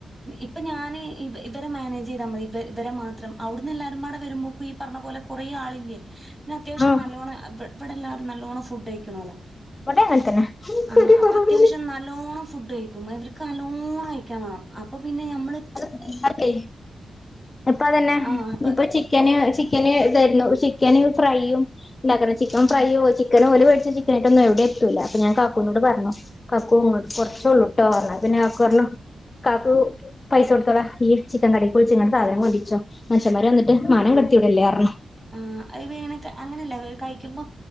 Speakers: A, in the centre; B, on the left.
A: ഇപ്പൊ ഞാന് ഇവ ഇവരെ മാനേജ് ചെയ്ത മതി ഇവ ഇവരെ മാത്രം അവിടന്ന് എല്ലാരുംമാടെ വരുമ്പോക്ക ഈ പറഞ്ഞ പോലെ കൊറെ ആളില്ലേ പിന്നെ അത്യാവശ്യം
B: ആഹ്
A: നല്ലോണം ഇവിടെ എല്ലാരും നല്ലോണം ഫുഡ് കഴിക്കണോല
B: ഇവിടെ അങ്ങനെ തന്നെ
A: ആ
B: ഒരു
A: അപ്പൊ
B: കുറവില്ല
A: അത്യാവശ്യം നല്ലോണം ഫുഡ് കഴിക്കും ഇവർക്ക് അലോണം കഴിക്കാ വേണം അപ്പൊ പിന്നെ ഞമ്മള് ചിപ്പ്
B: അത് അതെ ഇപ്പൊ അതന്നെ
A: ആഹ് അപ്പൊ
B: ഇപ്പൊ ചിക്കന് ചി ചിക്കന് ഇതായിരുന്നു ചിക്കന് ഫ്രൈയും <unintelligible> ചിക്കൻ
A: ഉം
B: ഫ്രയോ ചിക്കനോ <unintelligible> <unintelligible> എവിടെത്തൂല്ല അപ്പ ഞാൻ കാക്കൂനോട് പറഞ്ഞു. കാക്കൂ ങ്ങക്ക് കുറച്ചൊള്ളൂ ട്ടോ ന്നാ പിന്ന കാക്കു പർഞ്ഞു കാക്കൂ പൈസ കൊടുത്താള ഇയ്യ് ചിക്കൻ കടേക്ക് വുൾച്ങ്ങാണ്ട് സാധനം കൊണ്ടറീചൊ. മൻഷന്മാര് വന്നിട്ട് മാനം കെട് <unintelligible>
A: ആ അതിപ്പൊങ്ങനെ അങ്ങനല്ല കൈക്കുമ്പൊ